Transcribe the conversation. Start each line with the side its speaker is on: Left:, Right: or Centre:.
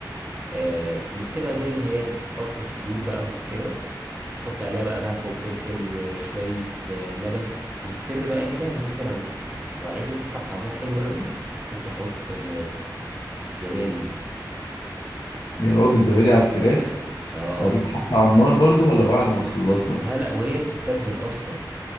Right: آه بتسيبها زي ما هي بتحط الصدور بقى كده تحط عليها بقى ملح وفلفل وشويه آه لبن والسر بقى هنا اللي انت لو لو عايزه تطلع طعمها حلو قوي ممكن تحط آه زبادي
Left: يا راجل زبادي على الفراخ
Right: اه
Left: ده بيتحط على النار برضو ولا بعد ما تخلصها
Right: لا لا وهي بتتبل اصلا